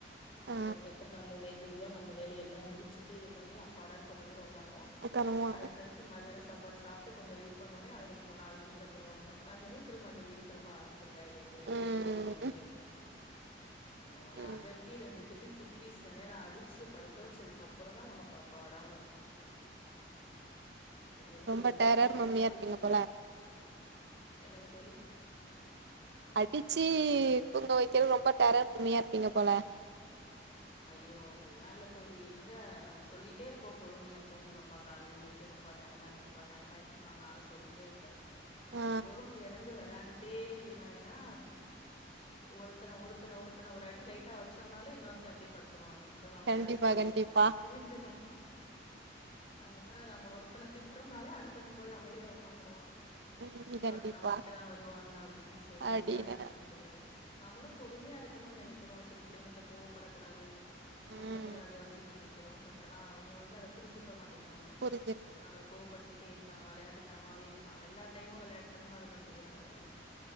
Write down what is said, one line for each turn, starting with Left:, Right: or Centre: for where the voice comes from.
Right: ஆ
Left: அதுக்கப்புறம் நம்ம மெதுவா நம்ம வேலைய எல்லாம் முடிச்சுட்டு இது பண்ணி அப்பாடானு கொஞ்ச நேரம் உக்காருவோம்
Right: உக்காரமா
Left: அதுக்கடுத்து மதியானம் சாப் பாடு சாப்ட்டு கொஞ்சம் வெய் பண்ணோனே அவய்ங்க மூ நாலு மணிக்கு வந்துருவாய்ங்க வந்தோனே திரும்ப அந்த வீடு திரும்ப ஆரம் சுருங்காய்கேக்கே நைட்டு
Right: ம்
Left: பதினோரு மணி வரைக்கு அவங்கள
Right: ம்
Left: அதட்டி ரெண்டு திட்டு திட்டி சனியான அடிச்சு படுக்க வச்சதுக்கப்புறொந்தா நமக்கு அப்பாடானுருக் கு ஐயோ
Right: ரொம்ப
Left: ஒவ்வொரு
Right: டெரர்
Left: நாளு
Right: மம்மியா
Left: போறதுக்குள்ள
Right: இருப்பீங்க போல
Left: என்னங்க தோழி
Right: அடிச்சீ தூங்க வைக்கிற் ரொம்ப டெரர் மம்மியா இருப்பிங்க போல
Left: ஐயோ அப்டிலா இல்ல தோழி எங்க நம்ம சொல்லிட்டே இருப்போ பொறுமையா தூங்குங்கப்பா கால்ல எந்திரிக்கணுப்பா டைம் ஆயிர்ச்சுப்பா டைம் ஆயிர்ச்சுப்பா நானு சொல்லிட்டே இருப்பே நம்மள
Right: ஆ
Left: பொறும எழந்து வெளையாடி டே இருந்தாயனா ஒருத்தன ஒருத்தன ஒருத்தன ஒரு அடி லைட்டா வச்சோம்னாலே இன்னொருத் த அப்டியே படுத்துருவா சோ நம்ளயு
Right: கண்டிப்பா
Left: அடிச்சுருவாய
Right: கண்டிப்பா
Left: அப்டின் சொல்லிட்டுதா அத்னால நம்ம ஒருத்தன திட்றம்னாலே அடுத்தவ போயி அ அமைதியா ஒக்காந்துருவா
Right: ம்
Left: அச்சச்சோ
Right: கண்டிப்பா
Left: அடுத்து நம்மகிட்டதா வருவாங்க அப்டின்னு சொல்லிதா
Right: அப்டின்னு
Left: இது பண்ண வேண்டியதா இருக்கு நம்மளு பொறுமையா இருக் கனுன் நெனைக்கிறோ செரி பிள்ளைங்கட்ட கோ படக்கூடாது கத்தக்கூடாது
Right: ம்
Left: அப்டின் நெனைக்கிறோ பட் ஆனா அவங்க வந்து அதை புரிஞ்சுக்க மாட் டிங்கிறாங்கோ
Right: புரிஞ்சிருக்கு
Left: நம்மள கோவப்படுத் த்திட்டே இருக்காங்க வெளையாட்டுத்தனமாவே இருக்காங் எல்லா டைமு வெளையாட்டுத்தனமா இருந்தா சரி வராதுல